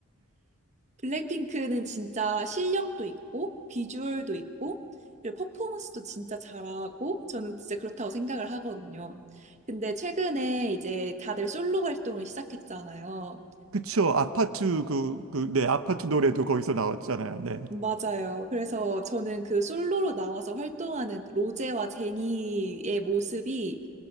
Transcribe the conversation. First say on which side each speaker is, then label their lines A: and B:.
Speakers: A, on the right (about 30°); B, on the right (about 65°).
A: 블랙핑크는 진짜 실력도 있고, 비주얼도 있고, 그리고 퍼포먼스도 진짜 잘하고, 저는 진짜 그렇다고 생각을 하거든요. 근데 최근에 이제 다들 솔로 활동을 시작했잖아요.
B: 그쵸. 아파트 그, 그, 네, 아파트 노래도 거기서 나왔잖아요. 네.
A: 맞아요. 그래서 저는 그 솔로로 나와서 활동하는 로제와 제니의 모습이